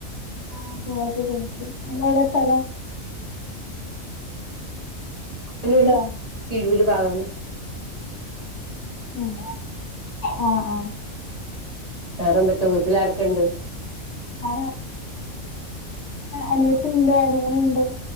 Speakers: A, on the left (about 65°); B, on the right (about 30°).
A: ആഹ് ചോറൊക്കെ കഴിച്ചു ഇത് എവിടെ സ്ഥലം?
B: അങ്ങനെണ്
A: ലോ
B: തിരൂര് ഭാഗം
A: ഉം ആ ആ
B: വേറെന്തൊക്കെ വീട്ടിലാരൊക്കെ ണ്ട്
A: ആ അനിയത്തിണ്ട് അനിയന് ണ്ട്